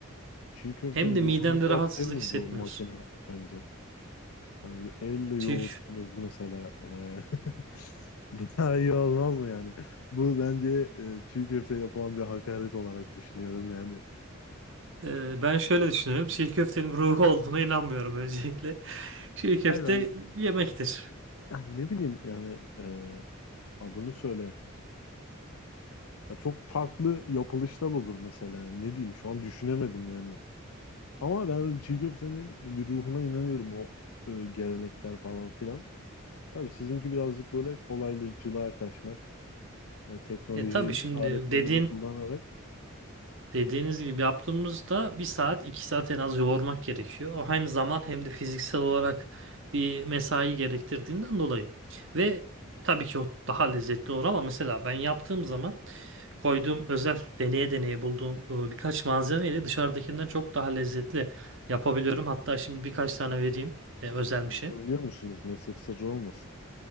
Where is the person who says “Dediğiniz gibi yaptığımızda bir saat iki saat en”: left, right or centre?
Right